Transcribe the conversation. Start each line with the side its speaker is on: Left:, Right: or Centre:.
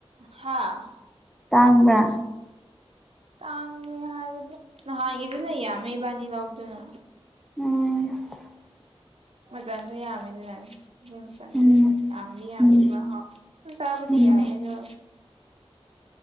Right: ꯍꯥꯥ
Centre: ꯇꯥꯡꯕ꯭ꯔꯥ
Right: ꯇꯥꯡꯉꯦ ꯍꯥꯏꯒꯗꯤ ꯅꯍꯥꯟꯒꯤꯗꯤꯅ ꯌꯥꯝꯃꯦ ꯏꯕꯥꯅꯤ ꯂꯧꯕꯗꯨꯅ
Centre: ꯎꯝ
Right: ꯃꯆꯁꯨ ꯌꯥꯝꯃꯤ ꯃꯆ
Centre: ꯎꯝ
Right: ꯌꯥꯝꯗꯤ ꯌꯥꯝꯗꯤ
Centre: ꯎꯝ
Right: ꯆꯥꯕꯨꯗꯤ
Centre: ꯎꯝ
Right: ꯀ ꯌꯥꯗ